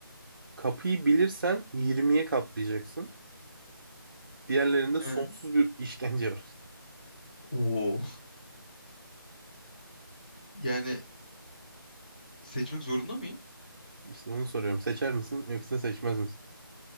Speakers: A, on the right; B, on the left.
A: Kapıyı bilirsen yirmiye katlayacaksın. Diğerlerinde sonsuz
B: He.
A: bir işkence var.
B: Oo. Yani seçmek zorunda mıyım?
A: <laughs> İşte onu soruyorum. Seçer misin yoksa seçmez misin?